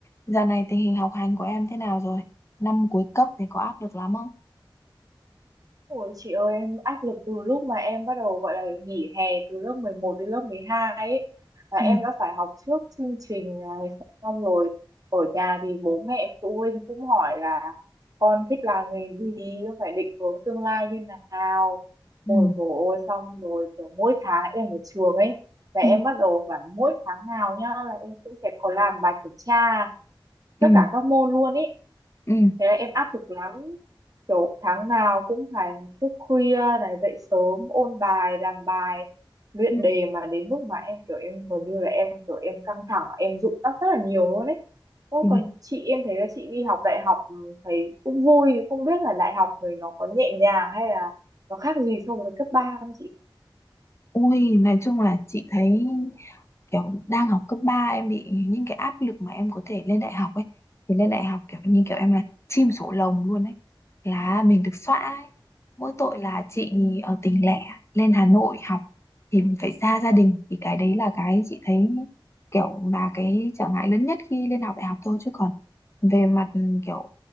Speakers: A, on the left (about 30°); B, on the right (about 45°).
A: Dạo này tình hình học hành của em thế nào rồi? Năm cuối cấp thì có áp lực lắm không?
B: Ôi chị ơi em áp lực từ lúc mà em bắt đầu gọi là nghỉ hè từ lớp 11 đến lớp 12 ấy và em
A: Ừ,
B: đã phải học trước chương trình này xong rồi ở nhà thì bố mẹ phụ huynh cũng hỏi là con thích làm nghề gì con phải định hướng tương lai như nào
A: ừ,
B: ôi dồi ôi xong rồi kiểu mỗi tháng em ở trường ấy là
A: ừ,
B: em bắt đầu phải mỗi tháng nào nhá là em cũng sẽ có làm bài kiểm tra tất
A: ừ,
B: cả các môn luôn ấy
A: ừ.
B: thế là em áp lực lắm kiểu tháng nào cũng phải thức khuya này dậy sớm ôn bài làm bài luyện
A: ừ.
B: đề mà đến lúc mà em kiểu em gần như là em kiểu em căng thẳng em rụng tóc rất là nhiều luôn ấy Ô,
A: Ui,
B: còn chị em thấy là chị đi học đại học ừ, thấy cũng vui thì không biết là đại học rồi nó có nhẹ nhàng hay là nó khác gì so với cấp 3 không chị
A: ui, nói chung là chị thấy kiểu đang học cấp 3 em bị những cái áp lực mà em có thể lên đại học ấy thì lên đại học kiểu như kiểu em là chim sổ lồng luôn ấy là mình được xóa ấy. mỗi tội là chị ở tỉnh lẻ lên Hà Nội học thì mình phải xa gia đình thì cái đấy là cái chị thấy kiểu là cái trở ngại lớn nhất khi lên học đại học thôi chứ còn về mặt ừ, kiểu